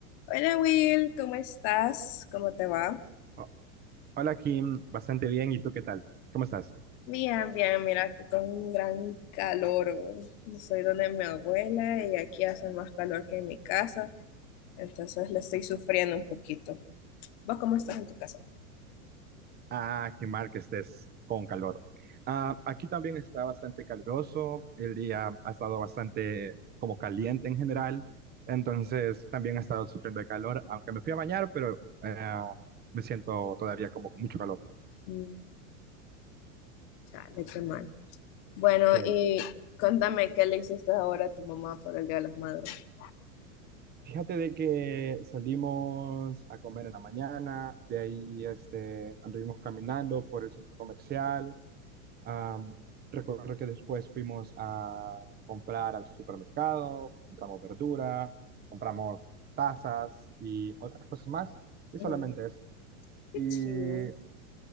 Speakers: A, on the left; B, on the right.
A: Hola Will, ¿cómo estás? ¿Cómo te va?
B: Oh, Hola Kim, bastante bien. ¿Y tú qué tal? ¿Cómo estás?
A: Bien, bien, mira, aquí con un gran calor. Soy donde mi abuela y aquí hace más calor que en mi casa, entonces le estoy sufriendo un poquito. ¿Vos cómo estás en tu casa?
B: Ah, qué mal que estés con calor. Ah, aquí también está bastante caluroso. El día ha estado bastante como caliente en general. Entonces también he estado sufriendo de calor, aunque me fui a bañar, pero eh, me siento todavía como con mucho calor.
A: Mm, chale, qué mal. Bueno,
B: Sí.
A: y contame qué le hiciste ahora a tu mamá por el Día de las Madres.
B: Fíjate de que salimos a comer en la mañana, de ahí este, anduvimos caminando por el centro comercial. Am, recuerdo que después fuimos a comprar al supermercado, compramos verdura, compramos tazas y otras cosas más, y solamente
A: Mm,
B: eso.
A: qué
B: ¿Y,
A: chido.